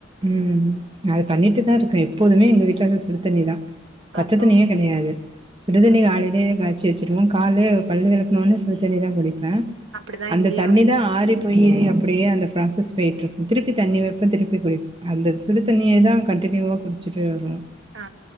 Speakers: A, on the right; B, on the right.
A: ம் அது பண்ணிட்டுதா இருக்கே எப்போதுமே எங்க வீட்ல வந்து சுடுத்தண்ணிதா பச்ச
B: அப்போ
A: தண்ணியே கெடையாது சுடுதண்ணி
B: ஆ
A: காலைலிலயே காச்சி வச்சு வச்சுருவோ காலலயே பல்லு வெளக்குன உனே சுடுதண்ணிதா குடிப்பே
B: அப்படிதான்
A: அந்த
B: இங்கேயும்
A: தண்ணிதா ஆறி போயி அப்டியே அந்த ப்ராசஸ் போய்ட்ருக்கு திருப்பி தண்ணி வப்பே திருப்பி குடிப்பே அந்த சுடுதண்ணிய தா கண்டினியூவா குடிச்சுட்டே வருவோ
B: ஆ